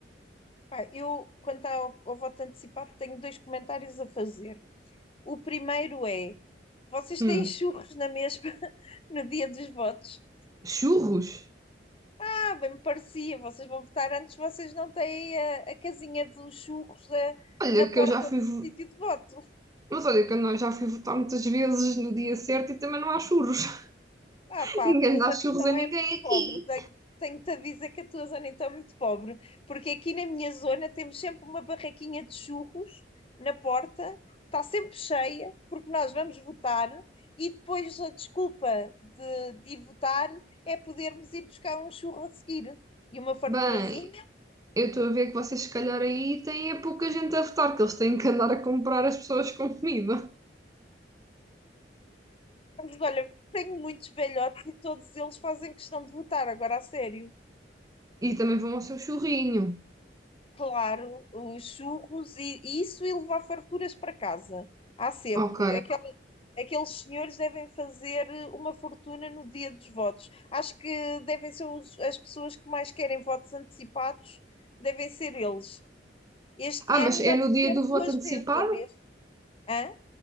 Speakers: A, on the left; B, on the right.
A: Pá, eu, quanto ao, ao voto antecipado, tenho dois comentários a fazer. O primeiro é: vocês
B: Hum.
A: têm churros na mesma <laughs> no dia dos votos?
B: Churros?
A: Ah, bem me parecia, vocês vão votar antes, vocês não têm a, a casinha dos churros eh,
B: Olha
A: na porta
B: que eu já fui.
A: do
B: vo-
A: sítio de voto.
B: Mas olha que eu não- já fui votar muitas vezes no dia certo e também não há churros.
A: Ah,
B: <laughs>
A: pá,
B: Ninguém
A: a tua
B: dá
A: zona
B: churros
A: então
B: a ninguém
A: é muito
B: aqui.
A: pobre. Tenho- Tenho-te a dizer que a tua zona então é muito pobre, porque aqui na minha zona temos sempre uma barraquinha de churros na porta, está sempre cheia, porque nós vamos votar e depois a desculpa de, de ir votar é podermos ir buscar um churro a seguir e uma farturazinha.
B: Bem, eu estou a ver que vocês se calhar aí têm é pouca gente a votar, que eles têm que andar a comprar as pessoas com comida.
A: Mas olha, tenho muitos velhotes e todos eles fazem questão de votar, agora a sério.
B: E também vão ao seu churrinho.
A: claro, os churros e, e isso e levar farturas para casa. Há sempre.
B: Ok.
A: Aquela- aqueles senhores devem fazer uma fortuna no dia dos votos. Acho que devem ser os- as pessoas que mais querem votos antecipados, devem ser eles. Este
B: Ah,
A: ano
B: mas é
A: já vou
B: no dia
A: ter
B: do
A: duas
B: voto antecipado?
A: vezes, já vês? Hã?